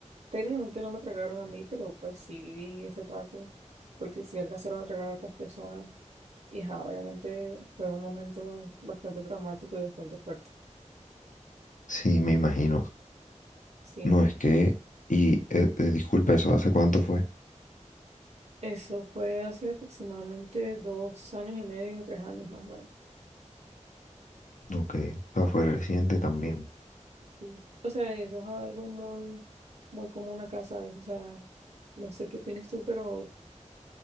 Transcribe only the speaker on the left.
Sí, me imagino.
No es que... Y eh, eh, disculpa, ¿eso hace cuánto fue?
Ok. O sea, fue reciente también.